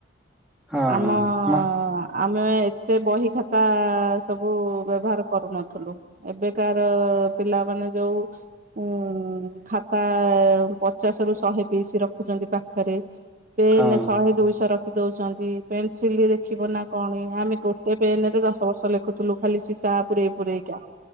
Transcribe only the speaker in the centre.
ହଁ
ହଁ ମ
ହଁ